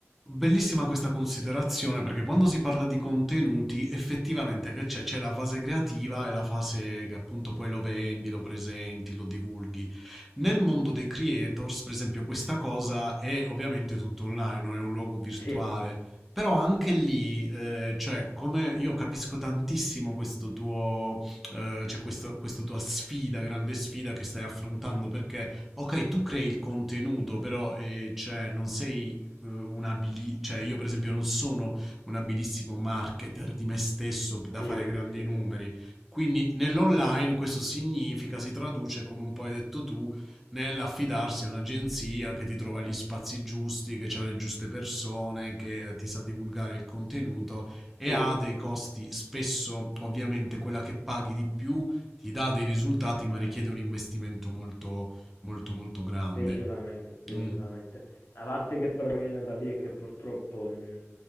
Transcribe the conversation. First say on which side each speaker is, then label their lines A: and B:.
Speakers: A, in the centre; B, on the left (about 60°).
A: Bellissima questa considerazione perché quando si parla di contenuti effettivamente che c'è? C'è la fase creativa e la fase che appunto poi lo vendi, lo presenti, lo divulghi. Nel mondo dei creators, per esempio, questa cosa è ovviamente tutto online, non è un luogo virtuale.
B: Sì,
A: Però anche lì, eh, cioè, come io capisco tantissimo questo tuo, eh, cioè questo- questa tua sfida, grande sfida che stai affrontando, perché Ok, tu crei il contenuto, però eh, cioè, non sei eh, un abili- cioè io per esempio non sono un abilissimo marketer di me stesso da
B: Sì,
A: fare grandi
B: sì, sì,
A: numeri.
B: sì.
A: Quindi nell'online questo significa, si traduce, come un po' hai detto tu, nell'affidarsi a un'agenzia che ti trova gli spazi giusti, che ha le giuste persone, che eh, ti sa divulgare il contenuto e
B: sì.
A: ha dei costi spesso, ovviamente, quella che paghi di più ti dà dei risultati, ma richiede un investimento molto, molto, molto grande.
B: Decisamente, decisamente.
A: Mm,
B: La parte che però mi viene da dire è che purtroppo mh,